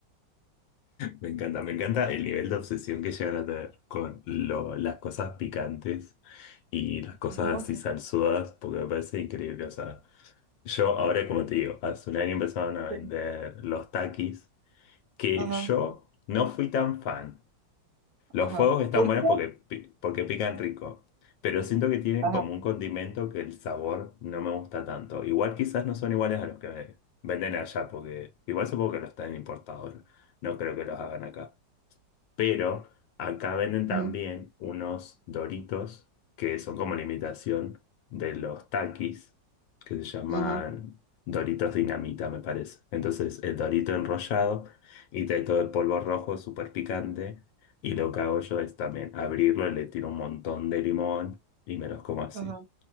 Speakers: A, on the left; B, on the right.
A: Me encanta, me encanta el nivel de obsesión que llegan a tener con lo- las cosas picantes y las cosas
B: No
A: así salsudas, porque me parece increíble. O sea, yo ahora, como te digo, hace un año empezaron a
B: sé.
A: vender los takis, que
B: Ajá,
A: yo no fui tan fan. Los
B: ajá.
A: fuegos están
B: ¿Por
A: buenos
B: qué?
A: porque, pi- porque pican rico, pero siento que tienen
B: Ajá.
A: como un condimento que el sabor no me gusta tanto. Igual quizás no son iguales a los que venden allá, porque igual supongo que los están importados. No creo que los hagan acá. Pero acá venden
B: Ujú.
A: también unos Doritos que son como la imitación de los Takis, que se llaman
B: Ajá.
A: Doritos Dinamita, me parece. Entonces, el Dorito enrollado y trae todo el polvo rojo súper picante. Y lo que hago yo es también abrirlo, y le tiro un montón de limón y me los como así.
B: Ajá,